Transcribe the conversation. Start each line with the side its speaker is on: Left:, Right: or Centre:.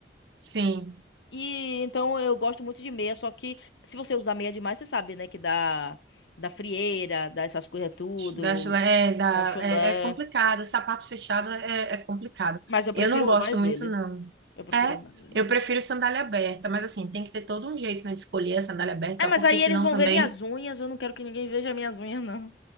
Right: Sim,
Left: E então eu gosto muito de meia, só que se você usar meia demais, você sabe, né, que dá da frieira, dá essas coisas tudo.
Right: da chula é, da,
Left: É chulé.
Right: é, é complicado, sapato fechado é, é complicado.
Left: Mas eu prefiro
Right: Eu não gosto
Left: mais
Right: muito,
Left: eles.
Right: não.
Left: Eu prefiro
Right: É,
Left: mais eles.
Right: eu prefiro sandália aberta, mas assim, tem que ter todo um jeito, né, de escolher a sandália aberta, e tal,
Left: É, mas
Right: porque
Left: aí
Right: senão
Left: eles vão
Right: também.
Left: ver minhas unhas. Eu não quero que ninguém veja minhas unhas, não.